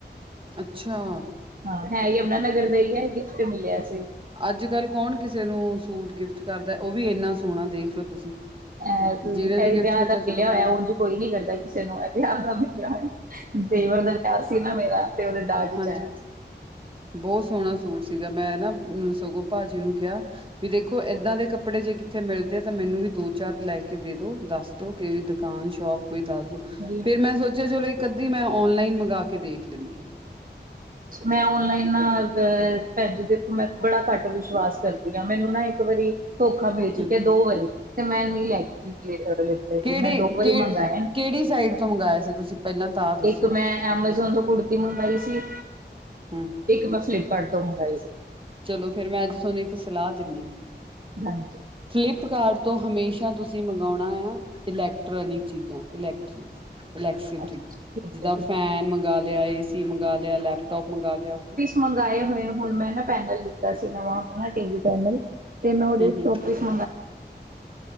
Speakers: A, on the right; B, on the right.
A: ਅੱਛਾ,
B: ਹਾਂ, ਹੀ ਯਮਨਾ ਨਗਰ ਦਾਈ ਹੈ ਗਿਫਟ ਮਿਲਿਆ ਸੀ।
A: ਅੱਜ-ਕੱਲ ਕੌਣ ਕਿਸੇ ਨੂੰ ਸੂਟ ਗਿਫਟ ਕਰਦਾ ਉਹ ਵੀ ਇੰਨਾ ਸੋਹਣਾ ਦੇਖਲਓ ਤੁਸੀਂ,
B: ਅ
A: ਜਿਹਨੇ ਵੀ
B: ਇਹ
A: ਗਿਫਟ
B: ਵਿਆਹ
A: ਕੀਤਾ
B: ਦਾ
A: ਚਲੋ
B: ਮਿਲਿਆ
A: ਬਹੁਤ
B: ਹੋਇਆ, ਉਝ ਕੋਈ ਨੀ ਕਰਦਾ ਕਿਸੇ ਨੂੰ ਇਹ ਵਿਆਹ ਦਾ ਮਿਲਿਆ ਹੋਇਆ। ਦੇਵਰ ਦਾ ਵਿਆਹ ਸੀ, ਨਾ ਮੇਰਾ ਤੇ ਉਹਦੇ ਦਾਜ ਚ
A: ਹਾਂਜੀ
B: ਆਇਆ ਸੀ।
A: ਬਹੁਤ ਸੋਹਣਾ ਸੂਟ ਸੀਗਾ, ਮੈਂ ਨਾ ਸਗੋਂ ਭਾਜੀ ਨੂੰ ਕਿਹਾ, ਵੀ ਦੇਖੋ ਐਦਾਂ ਦੇ ਕੱਪੜੇ ਜੇ ਕਿੱਥੇ ਮਿਲਦੇ ਤਾਂ ਮੈਨੂੰ ਵੀ ਦੋ ਚਾਰ ਲੈ ਕੇ ਦੇ ਦੋ ਦੱਸ। ਤੋਂ ਕਿ ਵੀ ਦੁਕਾਨ ਸ਼ੋਪ ਕੋਈ ਦੱਸ ਦੋ,
B: ਜੀ,
A: ਫੇਰ ਮੈਂ ਸੋਚਿਆ ਚਲੋ ਇੱਕ ਅੱਧੀ ਮੈਂ ਔਨਲਾਈਨ ਮੰਗਵਾ ਕੇ ਦੇਖ ਲੈਂਦੀ ਹਾਂ।
B: ਮੈਂ ਔਨਲਾਈਨ ਨਾ ਅ ਭੇਜ ਦਿੱ ਮੈਂ ਬੜਾ ਘੱਟ ਵਿਸ਼ਵਾਸ ਕਰਦੀ ਹਾਂ, ਮੈਨੂੰ ਨਾ ਇੱਕ ਵਾਰੀ, ਧੋਖਾ ਮਿਲ ਚੁੱਕਿਆ
A: ਹਮ
B: ਦੋ ਵਾਰੀ ਤੇ ਮੈਂ ਨਹੀਂ ਲੈ ਲਤੇ ਸੀ,
A: ਕਿਹੜੀ
B: ਮੈਂ ਦੋ ਵਾਰੀ
A: ਕਿ
B: ਮੰਗਵਾਏ।
A: ਕਿਹੜੀ ਸਾਈਡ, ਤੋਂ ਮੰਗਵਾਏ ਸੀ ਤੁਸੀਂ? ਪਹਿਲਾਂ ਤਾਂ, ਦੱਸੋ?
B: ਇੱਕ ਮੈਂ ਐਮਾਜ਼ੋਨ ਤੋਂ ਕੁੜਤੀ ਮੰਗਵਾਈ ਸੀ।
A: ਹੂੰ।
B: ਇੱਕ ਮੈਂ ਫਲਿੱਪਕਾਰਟ ਤੋਂ ਮੰਗਵਾਈ ਸੀ।
A: ਚਲੋ ਫੇਰ ਮੈਂ, ਅੱਜ ਤੁਹਾਨੂੰ ਇੱਕ ਸਲਾਹ ਦਿੰਦੀ ਹਾਂ।
B: ਹਾਂਜੀ
A: ਫਲਿੱਪਕਾਰਟ ਤੋਂ ਹਮੇਸ਼ਾ ਤੁਸੀਂ ਮੰਗਵਾਉਣਾ ਐ- ਇਲੈਕਟ੍ਰੋਨਿਕ ਚੀਜ਼ਾਂ ਇਲੈਕਟ੍ਰ
B: ਅੱਛਾ ਠੀਕ
A: ਜਿੱਦਾਂ
B: ਹੈ ਠੀਕ।
A: ਫੈਨ ਮੰਗ ਲਿਆ ਏਸੀ ਮੰਗ ਲਿਆ ਲੈਪਟੋਪ ਮੰਗਾ ਲਿਆ
B: ਮੰਗਾਂਏ ਹੋਏ ਆ ਹੁਣ ਮੈਂ ਨਾ ਪੈਨਲ ਲਿੱਤਾ ਸੀ ਨਵਾਂ ਆਪਣਾ ਟੀਵੀ ਪੈਨਲ ਤੇ ਮੈਂ ਉਹਦੇ
A: ਹੂੰ-ਹੂੰ।
B: ਸ਼ੋਪੀਸ <inaudible>